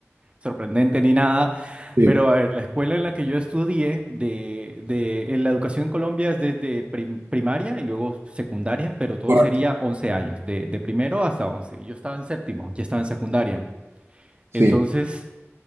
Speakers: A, on the right; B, on the right.
A: sorprendente ni nada,
B: sí,
A: pero a ver, la escuela en la que yo estudié de, de en la educación en Colombia es desde prim- primaria y luego secundaria, pero todo
B: correcto.
A: sería 11 años, de, de primero hasta once Yo estaba en séptimo, ya estaba en secundaria.
B: Sí.
A: Entonces,